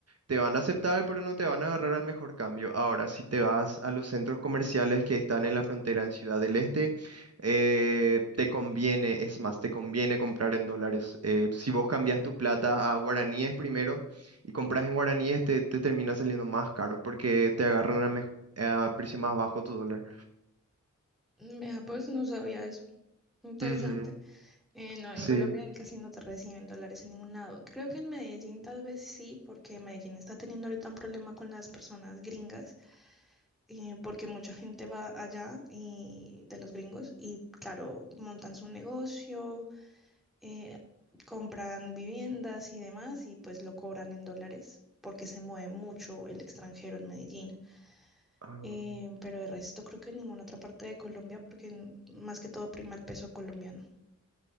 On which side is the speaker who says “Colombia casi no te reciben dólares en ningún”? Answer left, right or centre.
Centre